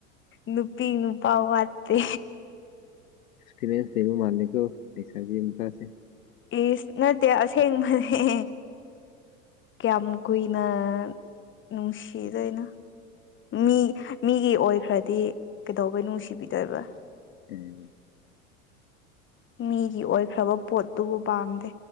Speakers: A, on the left (about 30°); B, on the left (about 75°).
A: ꯅꯨꯄꯤ ꯅꯨꯄꯥ ꯋꯥꯠꯇꯦ
B: ꯑꯦꯛꯁꯄꯤꯔꯤꯌꯦꯟꯁ ꯂꯩꯕ ꯃꯥꯥꯜꯂꯤꯀꯣ ꯂꯩꯁꯥꯕꯤ ꯃꯆꯥꯁꯦ
A: ꯏꯁ ꯅꯠꯇꯦ ꯑꯁꯦꯡꯕꯅꯦ ꯀꯌꯥꯝ ꯀꯨꯏꯅ ꯅꯨꯡꯁꯤꯗꯣꯏꯅꯣ ꯃꯤ ꯃꯤꯒꯤ ꯑꯣꯏꯈ꯭ꯔꯗꯤ ꯀꯩꯗꯧꯕꯩ ꯅꯨꯡꯁꯤꯕꯤꯗꯣꯏꯕ
B: ꯀꯔꯤꯅꯣ
A: ꯃꯤꯒꯤ ꯑꯣꯏꯈ꯭ꯔꯕ ꯄꯣꯠꯇꯨꯕꯨ ꯄꯥꯝꯗꯦ